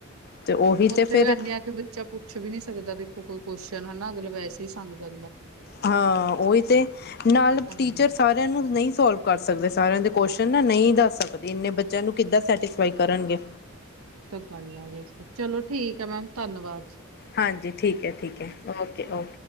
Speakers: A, on the left; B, on the right.
A: ਤੇ ਉਹੀ
B: ਉੱਥੇ
A: ਤੇ ਫਿਰ
B: ਇਨ ਆ ਕਿ ਬੱਚਾ ਪੁੱਛ ਵੀ ਨੀ ਸਕਦਾ ਦੇਖੋ ਕੋਈ ਕੁਸ਼ਚਨ ਹਨਾ ਮਤਲਬ ਵੈਸੇ ਹੀ ਸੰਗਦਾ
A: ਹਾਂ ਉਹੀ ਤੇ ਨਾਲ
B: ਹਾਂਜੀ
A: ਟੀਚਰ ਸਾਰਿਆਂ ਨੂੰ ਨਹੀਂ ਸੋਲਵ ਕਰ ਸਕਦੇ ਸਾਰਿਆਂ ਦੇ ਕੁਸ਼ਚਨ ਨਾ ਨਹੀਂ ਦੱਸ ਸਕਦੇ ਇੰਨੇ ਬੱਚਿਆਂ ਨੂੰ ਕਿੱਦਾਂ ਸੈਟਿਸਫਾਈ ਕਰਨਗੇ।
B: <unintelligible> ਚਲੋ ਠੀਕ ਹੈ ਮੈਮ ਧੰਨਵਾਦ।
A: ਹਾਂਜੀ ਠੀਕ ਹੈ, ਠੀਕ ਹੈ ਓਕੇ, ਓਕੇ